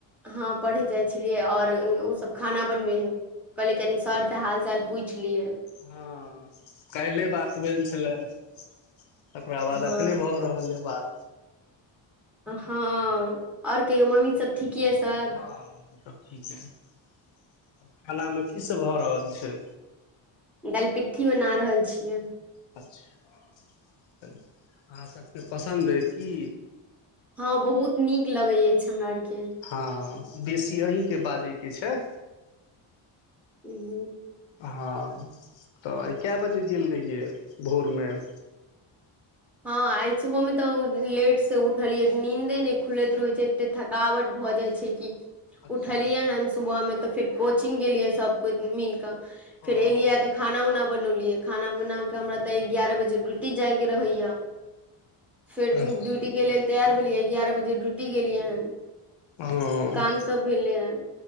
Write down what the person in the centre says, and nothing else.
हां पढ़ैइ जाइ छलियै और ओसब खाना बनबै ह कहलि कनि सर से हाल चाल पूछि लियै
हँ
हँअ् और कहियो मम्मी सब ठीक ये सर
दल पिट्ठी बना रहल छियै
हँअ् बहुत नीक लगैत अछि हमरा आरके
हूंअ्
हां आइ सुबह में तऽ लेट से उठलिअई नींन्दे नई खुलैत रहैइ छैइ एते थकावट भ भ जाय छैइ कि
उठलियै
हन सुबह मे तऽ फेर कोचिंग गेलियै सब कोई मिलक फेर
एलिअइ त खाना ऊना बनौलियै खाना बना क हमरा तऽ ग्यारह बजे ड्यूटी जायके रहैया फेर
ड्यूटीके लेल तैयार भेलियै एगारह बजे ड्यूटी गेलियै हन
काम सब भेलै हे